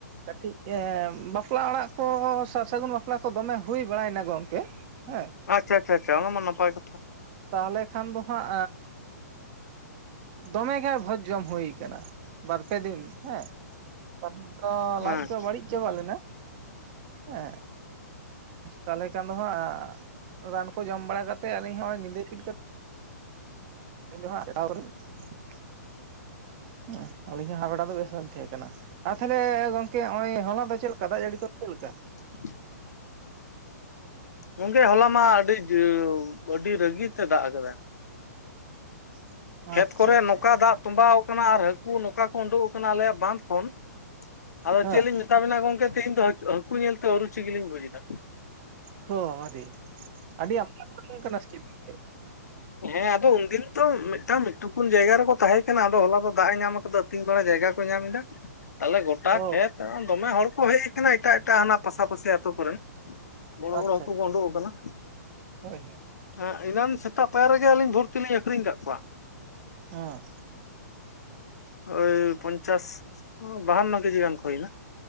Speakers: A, on the right; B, on the left.
A: ᱠᱟᱹᱴᱤᱡ, ᱮᱻ ᱵᱟᱯᱞᱟ ᱚᱲᱟᱜ ᱠᱚ ᱥᱟᱨ ᱥᱟᱹᱜᱩᱱ ᱵᱟᱯᱞᱟ ᱠᱚ ᱫᱚᱢᱮ ᱦᱩᱭ ᱵᱟᱲᱟᱭᱱᱟ ᱜᱚᱝᱠᱮ, ᱦᱮᱸ
B: ᱟᱪᱪᱷᱟ ᱟᱪᱷᱟ ᱪᱷᱟ ᱚᱱᱟ ᱢᱟ ᱱᱟᱯᱟᱭ ᱠᱟᱛᱷᱟ,
A: ᱛᱟᱦᱚᱞᱮ ᱠᱷᱟᱱ ᱫᱚ ᱦᱟᱸᱜ ᱫᱚᱢᱮᱜᱮ ᱵᱷᱚᱡᱽ ᱡᱚᱢ ᱦᱩᱭ ᱠᱟᱱᱟ ᱵᱟᱨᱯᱮ ᱫᱤᱱ, ᱦᱮᱸ ᱟᱫᱚ
B: ᱦᱮᱸ
A: ᱞᱟᱡ ᱠᱚ ᱵᱟᱹᱲᱤᱡ ᱪᱟᱵᱟ ᱞᱮᱱᱟ, ᱦᱮᱸ, ᱛᱟᱞᱦᱮ ᱠᱷᱟᱱ ᱫᱚ ᱦᱟᱸᱜ ᱨᱟᱱ ᱠᱚ ᱡᱚᱢ ᱵᱟᱲᱟ ᱠᱟᱛᱮᱜ ᱟᱹᱞᱤᱧ ᱦᱚᱸ ᱧᱤᱫᱟᱹ <unintelligible> ᱠᱟᱛᱮ <unintelligible> ᱦᱮᱸ ᱟᱞᱤᱧ ᱦᱚᱸ ᱦᱟᱱᱟ ᱵᱮᱲᱟ ᱫᱚ ᱵᱮᱥ ᱵᱟᱞᱤᱧ ᱛᱟᱦᱮᱸ ᱠᱟᱱᱟ᱾ ᱟᱨ ᱛᱟᱦᱚᱞᱮ ᱜᱚᱝᱠᱮ ᱦᱚᱸᱜᱚᱭ ᱦᱚᱞᱟ ᱫᱚ ᱪᱮᱫ ᱞᱮᱠᱟ ᱫᱟᱜ ᱡᱟᱹᱲᱤ ᱠᱚ ᱪᱮᱫ ᱞᱮᱠᱟ?
B: <unintelligible> ᱜᱚᱝᱠᱮ ᱦᱚᱞᱟ ᱢᱟ ᱟᱹᱰᱤ ᱡᱟ. ᱣ ᱟᱹᱰᱤ ᱨᱟᱹᱜᱤ ᱛᱮ ᱫᱟᱜ ᱟᱠᱟᱫᱟᱭ᱾
A: <inaudible>
B: ᱠᱷᱮᱛ
A: ᱟᱪᱪᱷᱟ
B: ᱠᱚᱨᱮ
A: ᱟᱪᱪᱷᱟ
B: ᱱᱚᱝᱠᱟ ᱫᱟᱜ ᱛᱚᱸᱵᱟᱣ ᱠᱟᱱᱟ ᱟᱨ ᱦᱟᱹᱠᱩ ᱱᱚᱝᱠᱟ ᱠᱚ ᱩᱸᱰᱩᱜ ᱟᱠᱟᱱᱟ ᱟᱞᱮᱭᱟᱜ ᱵᱟᱸᱫᱽ ᱠᱷᱚᱱ, ᱟᱫᱚ
A: ᱦᱮᱸ
B: ᱪᱮᱫ ᱞᱤᱧ ᱢᱮᱛᱟᱵᱤᱱᱟ ᱜᱚᱝᱠᱮ ᱛᱮᱦᱤᱧ ᱫᱚ ᱦᱟᱹ ᱦᱟᱹᱠᱩ ᱧᱮᱞᱛᱮ ᱟᱨᱩᱪᱤᱜᱤ ᱞᱤᱧ ᱵᱩᱡᱽ ᱮᱫᱟ᱾
A: ᱦᱚᱸ ᱟᱹᱰᱤ ᱟᱹᱰᱤ <inaudible> ᱠᱚ ᱟᱲᱜᱳᱱ ᱠᱟᱱᱟ ᱥᱮ ᱪᱮᱫ ᱜᱚᱝᱠᱮ?
B: ᱦᱮᱸ ᱟᱫᱚ ᱩᱱᱫᱤᱱ ᱛᱚ ᱢᱤ ᱛᱟᱣ ᱢᱤᱫᱴᱩᱠᱩᱱ ᱡᱟᱭᱜᱟ ᱨᱮᱠᱚ ᱛᱟᱦᱮᱸ, ᱠᱟᱱᱟ ᱟᱫᱚ ᱦᱚᱞᱟ ᱫᱚ ᱫᱟᱜ ᱮ ᱧᱟᱢ ᱠᱟᱫᱟ ᱟᱹᱛᱤᱧ ᱵᱮᱲᱟ ᱡᱟᱭᱜᱟ ᱠᱚ ᱧᱟᱢ ᱮᱫᱟ᱾ ᱛᱟᱦᱚᱞᱮ ᱜᱚᱴᱟ
A: ᱚ
B: ᱠᱷᱮᱛ ᱫᱚᱢᱮ ᱦᱚᱲ ᱠᱚ ᱦᱮᱡ ᱠᱟᱱᱟ ᱮᱴᱟᱜ ᱮᱴᱟᱜ ᱦᱟᱱᱟ ᱯᱟᱥᱟᱯᱟᱥᱤ ᱟᱹᱛᱩ ᱠᱚᱨᱮᱱ, ᱵᱚᱲᱚ
A: ᱟᱪᱪᱷᱟ
B: ᱵᱚᱲᱚ ᱦᱟᱹᱠᱩ ᱠᱚ ᱳᱰᱳᱜ ᱠᱟᱱᱟ᱾
A: ᱦᱳᱭ ᱦᱳᱭ,
B: ᱦᱮᱸ ᱮᱱᱟᱱ ᱥᱮᱛᱟᱜ ᱯᱟᱭᱟᱨ ᱨᱮᱜᱮ ᱟᱹᱞᱤᱧ ᱵᱷᱚᱨᱛᱤᱞᱤᱧ ᱟᱠᱷᱨᱤᱧ ᱟᱠᱟᱫ ᱠᱚᱣᱟ᱾
A: ᱚ,
B: ᱳᱭ ᱯᱚᱧᱪᱟᱥ ᱵᱟᱦᱟᱱᱱᱚ ᱠᱮᱡᱤ ᱜᱟᱱ ᱠᱚ ᱦᱳᱭᱩᱜᱼᱟ,